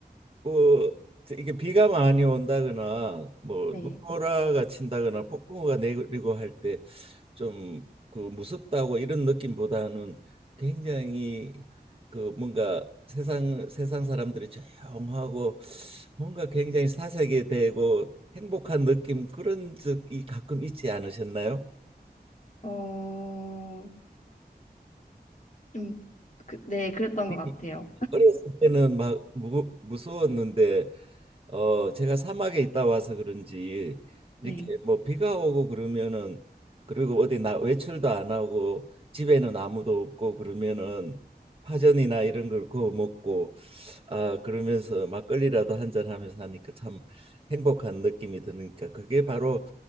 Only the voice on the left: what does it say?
네.
어, 좀, 그, 네, 그랬던
것 같아요.
네.